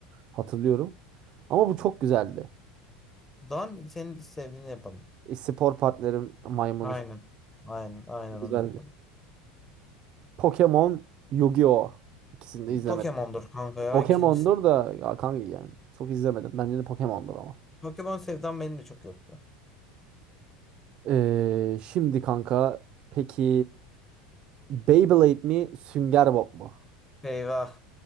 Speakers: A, on the right (about 50°); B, on the left (about 15°).
A: Hatırlıyorum. Ama bu çok güzeldi.
B: O zaman senin sevdiğini yapalım.
A: E, spor partnerim maymunu
B: Aynen. Aynen. Aynen
A: güzeldi.
B: onu yapalım.
A: Pokemon, Yu-Gi-Oh! İkisini de izlemedim.
B: Pokemon'dur kanka ya
A: Pokemon'dur
B: ikincisi.
A: da ya kanka yani çok izlemedim. Bence de Pokemon'dur ama.
B: Pokemon sevdam benim de çok yoktu.
A: Ee, şimdi kanka peki Beyblade mi Sünger Bob mu?
B: Eyvah.